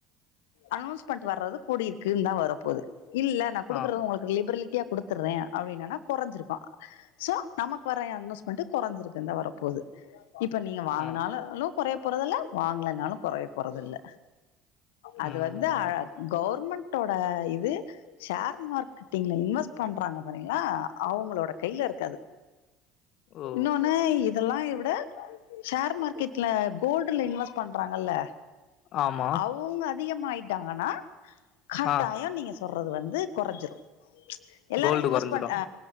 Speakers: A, on the left (about 75°); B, on the left (about 55°).
A: அனோன்ஸ் பண்ட்டு வர்றது கூடியிருக்குந்தா வரப்போது இல்ல நா குடுக்குறது
B: ஆ
A: உங்களுக்கு லேபர்லி த்யா குடுத்துற்ரே அப்டின்னானா குறஞ்சிருக்கோ சோ நமக்கு வர யன்வஸ்மெண்ட் குறஞ்சிருக்குதா வரப்போது இப்ப நீங்க வாங்குனாளளு
B: ஆ
A: கொறய போறதில்ல வாங்கலனாலு கொறய போறதில்ல அது
B: ம்
A: வந்து
B: ஆமா
A: ஆகவுர்மெண்ட் ட்டோட இது ஷேர் மார்க்கெட்டிங்ல இன்வெஸ்ட் பண்றாங்க பாரீங்களா அவங்களோட கைல இருக்கது
B: ஓ
A: இன்னொனு இத் இதல்லாய விட ஷேர் மார்க்கெட்ல கோல்டுல இன்வெஸ்ட் பண்றாங்கல்ல
B: ஆமா
A: அவுங்க அதிகமாயி டாங்கனா கட்டாயோ
B: ஆ
A: நீங் சொ தொர்றது வந்து கொரஞ்சுரு எல்லாரு
B: கோல்டு
A: இன்வெஸ்ட்
B: கொறஞ்சிரு
A: பண் அ